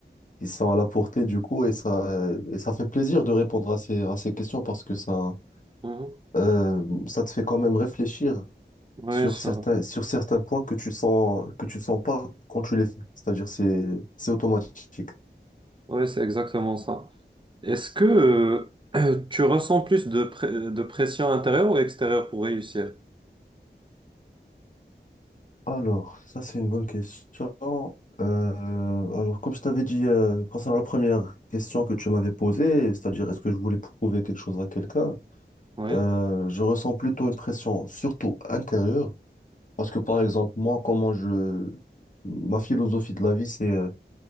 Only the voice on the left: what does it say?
qui sont à la portée du coup et ça, euh, et ça fait plaisir de répondre à ces, à ces questions parce que ça,
euh, ça te fait quand même réfléchir
sur
certains,
sur certains points que tu sens, que tu sens pas quand tu les fais. C'est-à-dire, c'est, c'est automatique.
Alors, ça c'est une bonne question. Euh, alors, comme je t'avais dit euh, concernant la première question que tu m'avais posée, c'est-à-dire est-ce que je voulais prouver quelque chose à quelqu'un,
euh, je ressens plutôt une pression, surtout intérieure, parce que par exemple, moi, comment je... Ma philosophie de la vie, c'est euh,